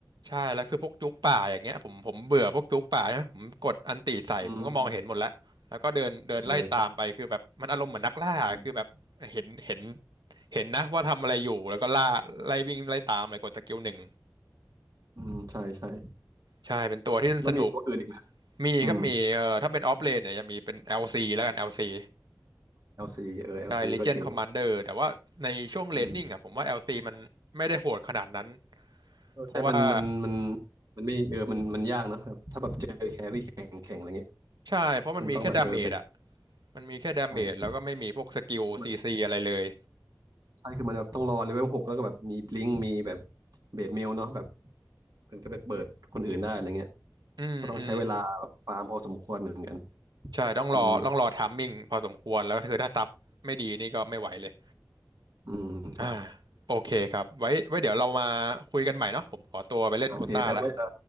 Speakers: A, on the right; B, on the right.
A: ใช่ แล้วคือพวกจุกป่าอย่างเงี้ยผมผมเบื่อพวกจุกป่าใช่ไหมผมกดอันติใส่ผมก็มองเห็นหมดแล้วแล้วก็เดินเดินไล่ตามไปคือแบบมันอารมณ์เหมือนนักล่า
B: อืมเออใช่อืม
A: คือแบบเห็นเห็นเห็นนะว่าทำอะไรอยู่ แล้วก็ล่าไล่วิ่งไล่ตามเลยกดสกิลหนึ่ง
B: อืมใช่ใช่
A: ใช่ เป็นตัวที่สนุก
B: แล้วมีตัวอื่นอีกไหม
A: มีครับมีเอ่อถ้าเป็นออฟเลนเนี่ยจะมีเป็นแอลซีแล้วกันแอลซี
B: อืม LC เออ LC
A: ใช่ Legion
B: ก็เก่ง
A: Commander แต่ว่าในช่วงเลนนิ่งอ่ะผมว่า
B: อืม
A: LC มันไม่ได้โหดขนาดนั้น
B: เออใช่มันมันมัน
A: เพราะว่า
B: มันไม่เออมันมันยากเนอะครับถ้าแบบเจอแครี่แข็งแข็งอะไรเงี้ย
A: ใช่เพราะมันมีแค่ดาเมจอ่ะ
B: มันต้องแบบเออเป็น
A: มันมีแค่ดาเมจแล้วก็ไม่มีพวกสกิล
B: ใช่มัน
A: CC อะไรเลย
B: ใช่คือมันแบบต้องรอเลเวลหกแล้วก็แบบมีบลิงกมีแบบเบสเมลเนาะแบบ เป็นก็ไปเปิดคนอื่นได้อะไรเงี้ย
A: อืมอืม
B: ก็ต้องใช้เวลาแบบฟาร์มพอสมควรเหมือนกัน
A: ใช่ต้องรอต้องรอไทามมิ่งพอสมควรแล้วก็คือถ้าซับไม่ดีนี่ก็ไม่ไหวเลย
B: อืมอืมครับ
A: อ่าโอเคครับไว้ไว้เดี๋ยวเรามาคุยกันใหม่เนาะผมขอตัวไปเล่นโดตาละ
B: โอเคเดี๋ยวไว้เออ